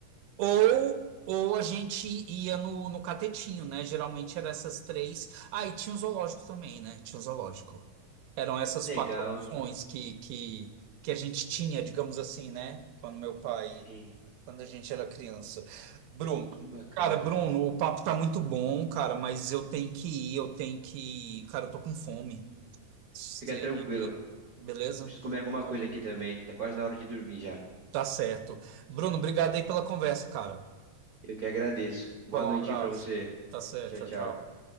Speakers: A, on the right (about 80°); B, on the right (about 65°).
A: Ou, ou a gente ia no, no catetinho, né? Geralmente eram essas três. Ah, e tinha o zoológico também, né? Tinha o zoológico. Eram essas
B: Que legal.
A: quatro opções que, que, que a gente tinha, digamos assim, né? Quando meu pai
B: Sim,
A: quando a gente era criança. Bruno,
B: que bacana.
A: cara, Bruno, o papo tá muito bom, cara, mas eu tenho que ir, eu tenho que ir. Cara, eu tô com fome. Se-
B: Fica tranquilo.
A: Beleza?
B: Eu preciso comer
A: Bocó.
B: alguma coisa aqui também. Tá quase na hora de dormir já.
A: Tá certo. Bruno, obrigado aí pela conversa, cara.
B: Eu que agradeço. Boa
A: Falou,
B: noite
A: um abraço.
B: aí pra você.
A: Tá certo,
B: Tchau, tchau.
A: tchau, tchau.